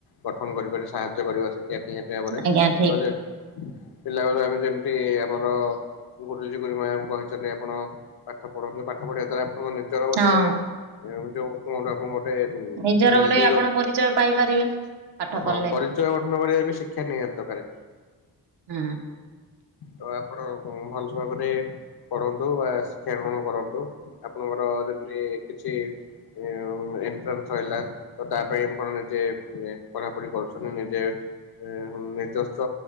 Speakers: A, on the left; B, on the right.
A: ଗଠନ କରିପାରି ସାହାଯ୍ୟ କରିବା ସେ ଟେ ନିହାତି ଭାବରେ
B: ଆଜ୍ଞା ଠିକ
A: ତ ଯେ ପିଲାବେଳୁ ଆମେ ଯେମିତି ଆମର ଗୁରୁଜୀ ଗୁରୁ ମ୍ୟାମ୍ କହିଚନ୍ତି ଆପଣ ପାଠ ପଢ଼ନ୍ତୁ ପାଠ ପଢ଼ିବା ଦ୍ଵାରା ଆପଣଙ୍କ ନିଜର ଗୋଟେ
B: ହଁ
A: ଏ ଯୋଉ କଣ ଗୋଟେ ଆପଣ ଗୋଟେ
B: ନିଜର
A: ଭ୍ୟାଲୁ
B: ଗୋଟେ ଆପଣ
A: ଯଉ
B: ପରିଚୟ ପାଇପାରିବେ। ପାଠ
A: ହଁ
B: ପଢିଲେ
A: ପରିଚୟ ଗଠନ କରିବା ବି ଶିକ୍ଷା ନିହାତି ଦକାରେ।
B: ହଁ।
A: ତ ଆପଣ ଭଲ ଭାବରେ ପଢ଼ନ୍ତୁ ବା ଶିକ୍ଷା ଗ୍ରହଣ କରନ୍ତୁ ଆପଣଙ୍କର ଯେମତି କିଛି ଇ ଓ ଏଣ୍ଟ୍ରାନ୍ସ ହେଲା ତ ତା ପାଇଁ ଆପଣ ନିଜେ ଏ ପଢ଼ାପଢ଼ି କରୁଛନ୍ତି। ନିଜେ ଏହଁ ନିଜସ୍ ତ